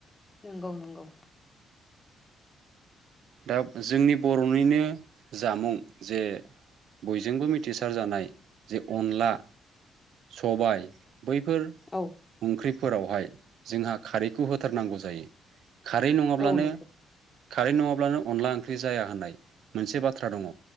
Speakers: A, on the left (about 20°); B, on the right (about 70°).
A: नंगौ नंगौ।
B: दा जोंनि बर'निनो जामुं जे बयजोंबो मिथिसार जानाय। जे अनला सबाय बैफोर
A: औ
B: ओंख्रि फोरावहाय जोंहा खारैखौ होथारनांगौ जायो। खारै नङाब्लानो
A: औ नंगौ
B: खारै नङाबा ब्लानो अनला ओंख्रि जाया होननाय मोनसे बाथ्रा दङ'।